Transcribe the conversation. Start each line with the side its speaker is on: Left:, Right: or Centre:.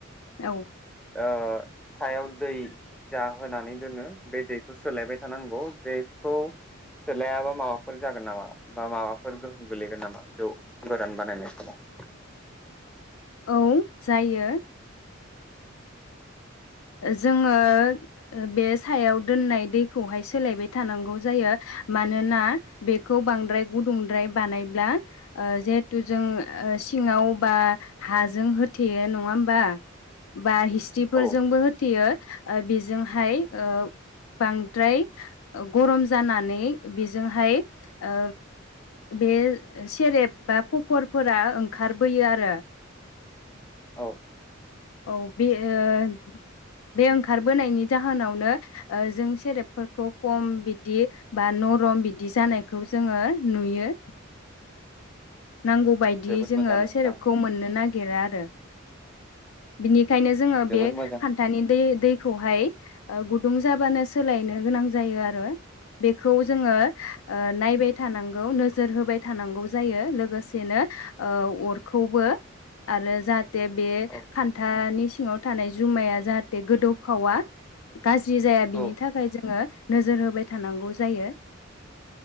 Left: औ
Centre: ओ सायाव दै जा होनानै दोनो बे दैखौ सोलायबाय थानांगौ बेखौ सोलायाबा माबाफोर जागोन नामा बा माबाफोर गोहोम गोलैगोन नामा जौ गोरान बानायनाय समाव
Left: औ जायो। जोङो बे सायाव दोननाय दैखौहाय सोलायबाय थानांगौ जायो मानोना बेखौ बांद्राय गुदुंद्राय बानायब्ला जिहेथु जों सिङाव बा हाजों होथेयो नङा होमबा? बा हिस्ट्रिफोरजोंबो
Centre: औ
Left: हो यो बेजोंहाय ओ बांद्राय गरम जानानै बेजोंहाय ओ बे सेरेब बा खफरफोरा ओंखारबोयो आरो।
Centre: औ।
Left: औ बे ओ बे ओंखारबोनायनि जाहोनावनो ओ जों सेरेबफोरखौ खम बिदि बा नरम बिदि जानायखौ जोङो नुयो।
Centre: जोबोद
Left: नांगौ बायदियै जोङो
Centre: मोजां नोंथां
Left: सेरेपखौ मोननो नागिरा आरो। बिनि बेखायनो जोङो
Centre: जोबोद
Left: बे
Centre: मोजां
Left: खान्थानि दै दै खौहाय गुदुं जाबानो सोलायनो गोनां जायो आरो बेखौ जोङो नायबाय थानांगौ नोजोर होबाय थानांगौ जायो लो लोगोसेनो अरखौबो आरो जाहाथे बे
Centre: औ
Left: खान्थानि सिङाव थानाय जुमाया जाहाथे गोदौफावा गाज्रि जाया बिनि
Centre: औ
Left: थाखाय जोङो नोजोर होबाय थानांगौ जायो।